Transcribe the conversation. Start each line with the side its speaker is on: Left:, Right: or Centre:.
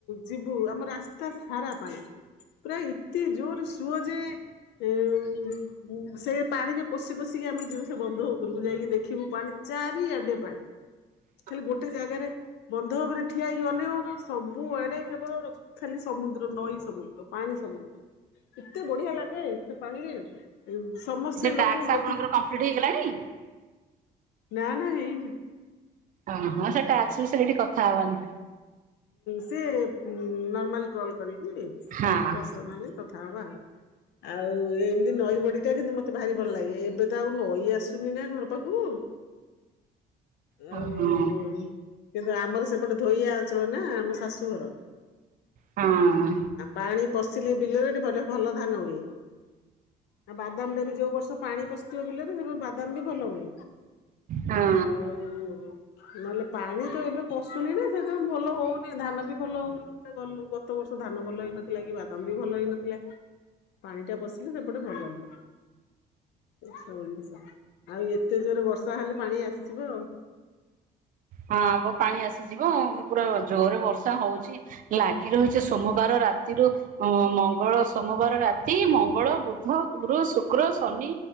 Left: ଯିବୁ ଆମ ରା ତା ସାରା ପାଣି ପୁରା ଏତେ ଜୋର ସୁୁଅ ଯେ ଉ ଉଁ ସେ ପାଣି ରେ ପଶି ପଶିକି ଆମେ ଯିବୁ ସେ ବନ୍ଧ ଉପରକୁ ଯାଇକି ଦେଖିବୁ ପାଣି ଚାରି ଆଡେ ପାଣି।
Right: ହ
Left: ଖାଲି ଗୋଟେ ଜାଗାରେ ବନ୍ଧ ଉପରେ ଠିଆ ହେଇକି ଅନେଇବୁ ସବୁ ଆଡେ କେବଳ ଖାଲି ସମୁଦ୍ର ନଈ ସମୁଦ୍ର ପାଣି ସମୁଦ୍ର ଏତେ ବଢିଆ ଲାଗେ। ସେ ପାଣିରେ ସମସ୍ତେ
Right: ସେ ଟାସ୍କ
Left: ଲୋକ ଗୋଟି
Right: ଆପଣଙ୍କର କମ୍ପ୍ଲିଟ ହେଇଗଲାଣି?
Left: ନା ନା ହେଇନି।
Right: ଓ ହଁ ସେଟା ଆସୁ ସେଇଠି କଥା ହବାନି।
Left: ସେ ନର୍ମାଲ କଲ କରିକି
Right: ହଁ
Left: ପରସନାଲି। କଥା ହବା ଆଉ ଏମିତି ନଈ ବଡିଟା କିନ୍ତୁ ମତେ ଭାରି ଭଲ ଲାଗେ, ଏବେ ତ ଆଉ ନଈ ଆସୁନି ନା ଘର ପାଖକୁ।
Right: ହଁ
Left: ଆଉ କିନ୍ତୁ ଆମର ସେପଟେ ଳିଆ ଅଞ୍ଚଳ ନା ଆମ ଶାଶୁଘର
Right: ହଁ।
Left: ପାଣି ପଶିଲେ ବିଲରେ ଭଲ ଧାନ ହୁଏ। ଆଉ ବାଦାମ ଟା ବି ଯୋଉ ବର୍ଷ ପାଣି ପଶିଥିବ ବିଲରେ ସେ ବାଦାମ ବି ଭଲ ହୁଏ।
Right: ହଁ
Left: ଆଉ ନହେଲେ ପାଣି ତ ଏବେ ପଶୁନି ନା। ସେଥିପାଇ ଭଲ ହଉନି ଧାନ ବି ଭଲ ହଉନି। ଗଲୁ ଗତ ବର୍ଷ ଧାନ ଭଲ ହେଇନଥିଲା କି ବାଦାମ ବି ଭଲ ହେଇନଥିଲା। ପାଣି ଟା ପଶିଲେ ସେପଟେ ଭଲ ହଏ। ଏ ସବୁ ଜିନିଷ, ଆଉ ଏତେ ଜୋର ବର୍ଷା ହେଲେ ପାଣି ଆସିଯିବ ଆଉ।
Right: ହଁ ବ ପାଣି ଆସିଯିବ ପୁରା ଜୋରରେ ବର୍ଷା ହଉଛି ଲାଗି ରହିଛି ସୋମ ବାର ରାତିରୁ ମଙ୍ଗଳ ସୋମବାର ରାତି ମଙ୍ଗଳ, ବୁଧ, ଗୁରୁ, ଶୁକ୍ର, ଶନି